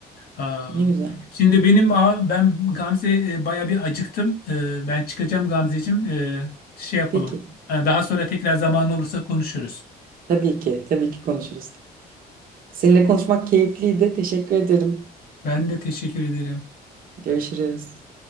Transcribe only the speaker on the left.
Aa,
Şimdi benim aa, ben Gamze e, baya bir acıktım. E, Ben çıkacağım Gamzeciğim. E, Şey yapalım.
E, Daha sonra tekrar zaman olursa konuşuruz.
Ben de teşekkür ederim.